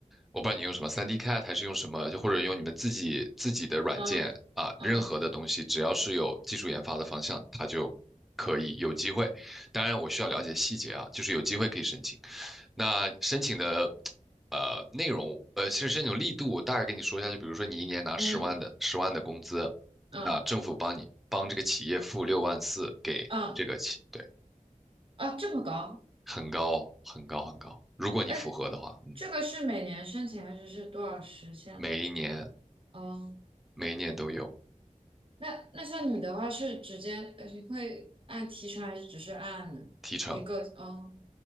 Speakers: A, in the centre; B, on the right.
A: 我不知道你用什么 3D CAD 还是用什么，就或者用你们自己自己的软件啊、
B: 嗯嗯
A: 任何的东西，只要是有技术研发的方向，它就可以有机会。当然，我需要了解细节啊，就是有机会可以申请。那申请的呃内容，呃，其实申请力度，我大概跟你说一下，就比如说你一年拿十万的十万的工资，
B: 嗯嗯
A: 那政府帮你帮这个企业付六万四给这个企，
B: 嗯
A: 对，
B: 啊，这么高？
A: 很高很高很高。如果你符合的话，
B: 哎，
A: 嗯，
B: 这个是每年申请还是是多少时限呢？
A: 每一年
B: 哦。
A: 每一年都有
B: 那那像你的话是直接，呃你会按提成还是只是按一个？
A: 提成。
B: 哦